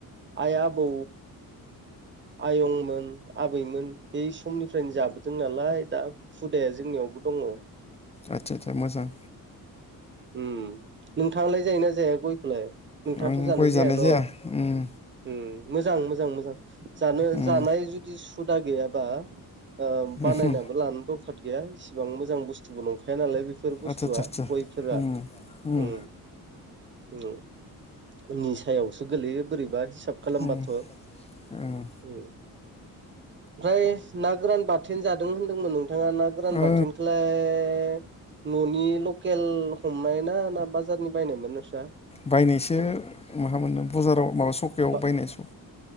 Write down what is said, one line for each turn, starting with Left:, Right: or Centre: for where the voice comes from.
Right: आइ, आबौ, आयंमोन, आबैमोन बै समनिफ्रायनो जाबो दों नालाय दा हुदाया जोंनियावबो दङ।
Left: आतसा आतसा मोजां।
Right: उम नोंथाङालाय जायोना जाया गयखौलाय? नोंथाङाथ'
Left: आं
Right: जानाय
Left: गय
Right: जाया न'?
Left: उम
Right: उम मोजां मोजां मोजां जानो
Left: उम
Right: जानाय जुदि सुदा गैयाबा ओ बानायनाबो
Left: उमहो
Right: लानो दरखार गैया इसिबां मोजां बुस्थुबो नंखाया नालाय बेफोर बुस्थुआ
Left: आदसा आदसा आदसा
Right: गय फोरा।
Left: उम उम
Right: उम निसायावसो गोलैयो बोरैबा हिसाब खालामबाथ'
Left: उम
Right: उम
Left: ओं
Right: ओमफ्राय ना गोरान बाथोन जादों होन्दोंमोन नोंथाङा ना गोरान
Left: ओ
Right: बाथोनखौ लाय न'नि लकेल हमनाय ना ना बाजारनि बायनायमोन नोंस्रा?
Left: बायनायसो माहा मोनो बाजाराव माबा सकायाव
Right: बा
Left: बायनायस'।